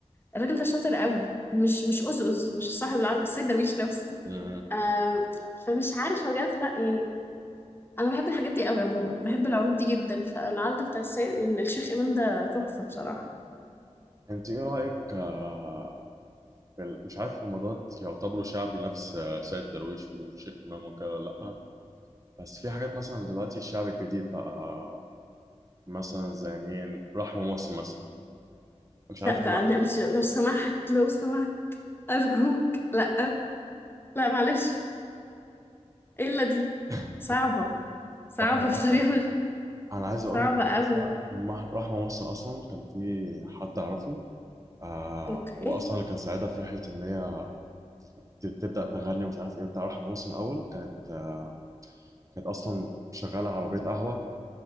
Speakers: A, on the left (about 20°); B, on the right (about 30°).
A: الراجل ده شاطر قوي مش مش أزأز مش صاحب العرض السيد درويش نفسه
B: مم.
A: آه فمش عارفه بجد لا يعني انا بحب الحاجات دي قوي عموما بحب العروض دي جدا فالعرض بتاع السيد الشيخ امام ده تحفه بصراحه
B: انت ايه رايك آه، في ال- مش عارف هم دوت يعتبروا شعبي نفس آه، سيد درويش والشيخ امام وكده ولا لا بس في حاجات مثلا دلوقتي الشعب الجديد بقى مثلا زي مين رحمه محسن مثلا مش عارف
A: لا بقى
B: هم
A: انا مش لو سمحت لو سمحت أرجوك لأ لأ معلش إيه إلا دي
B: <laughs>
A: صعبة صعبة
B: رحمه
A: بطريقة
B: محسن
A: مش
B: انا عايز اقول
A: صعبة
B: لك
A: قوي
B: مثلا لما رحمه مصر اصلا كان في حد اعرفه آه
A: أوكي
B: هو اصلا اللي كان ساعدها في رحله ان هي ت- تبدا تغني ومش عارف ايه بتاع رحمه مصر الاول كانت آه كانت اصلا شغاله عربيه قهوه